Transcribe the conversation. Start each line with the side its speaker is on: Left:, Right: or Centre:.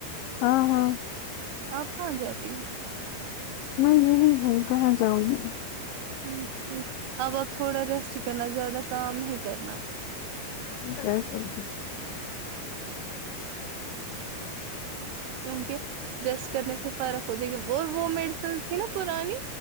Left: ہاں ہاں
Right: آپ کہاں جاتی ہیں
Left: میں یہی ہو کہاں جاؤں گی
Right: ہوں ٹھیک اب آپ تھوڑا ریسٹ ہی کرنا زیادہ کام نہیں کرنا
Left: کیا سبجی <unintelligible>
Right: کیونکہ ویسٹ کرنے سے فرق ہو جائے گی اور وہ میڈیسن تھی نا پرانی